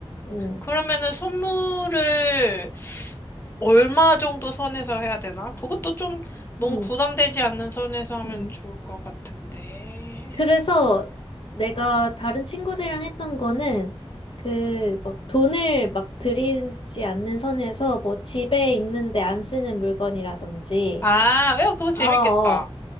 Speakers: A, on the left (about 60°); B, on the left (about 25°).
A: 음,
B: 그러면은 선물을 얼마 정도 선에서 해야 되나? 그것도 좀 너무
A: 음,
B: 부담되지 않는 선에서 하면
A: 음.
B: 좋을 것 같은데.
A: 그래서 내가 다른 친구들이랑 했던 거는 그 막 돈을 막 들이지 않는 선에서 뭐 집에 있는데 안 쓰는 물건이라든지
B: 아, 야, 그거 재밌겠다.
A: 어, 어,